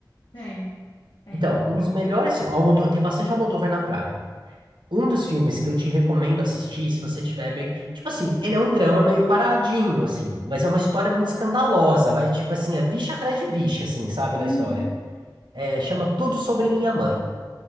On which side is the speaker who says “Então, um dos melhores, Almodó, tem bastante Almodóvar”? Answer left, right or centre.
Right